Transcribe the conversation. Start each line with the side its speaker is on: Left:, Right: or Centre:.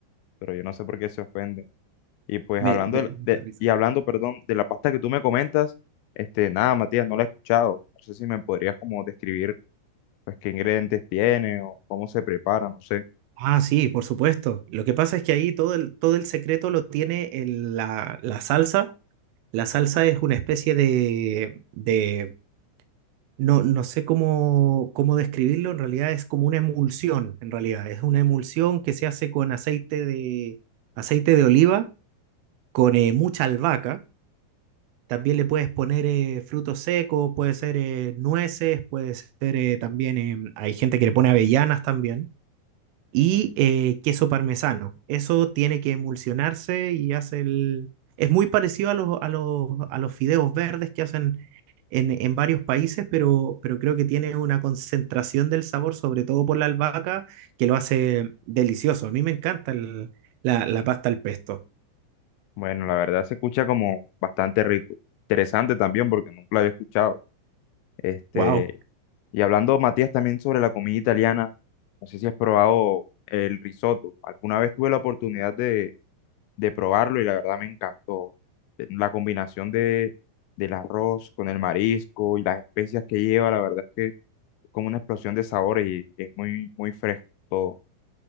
Left: pero yo no sé por qué se ofenden. Y pues
Right: Me,
Left: hablando
Right: me da
Left: de,
Right: mucha
Left: de-
Right: risa.
Left: y hablando, perdón, de la pasta que tú me comentas, este, nada, Matías, no la he escuchado. No sé si me podrías como describir pues qué ingredientes tiene o cómo se prepara, no sé.
Right: Ah, sí, por supuesto. Lo que pasa es que ahí todo el, todo el secreto lo tiene el- la, la salsa. La salsa es una especie de, de no, no sé cómo, cómo describirlo, en realidad es como una emulsión, en realidad. Es una emulsión que se hace con aceite de, aceite de oliva, con eh, mucha albahaca. También le puedes poner eh, frutos secos, puede ser eh, nueces, puede ser eh, también, em, hay gente que le pone avellanas también. y eh, queso parmesano. Eso tiene que emulsionarse y hace el... Es muy parecido a los, a los, a los fideos verdes que hacen en, en varios países, pero, pero creo que tiene una concentración del sabor, sobre todo por la albahaca, que lo hace delicioso. A mí me encanta el- la, la pasta al pesto.
Left: Bueno, la verdad se escucha como bastante rico. Interesante también porque nunca lo había escuchado. Este,
Right: Wow.
Left: y hablando, Matías, también sobre la comida italiana, no sé si has probado el risotto. Alguna vez tuve la oportunidad de, de probarlo y la verdad me encantó. Eh, La combinación de, del arroz con el marisco y las especias que lleva, la verdad es que es como una explosión de sabores y es muy, muy fresco todo.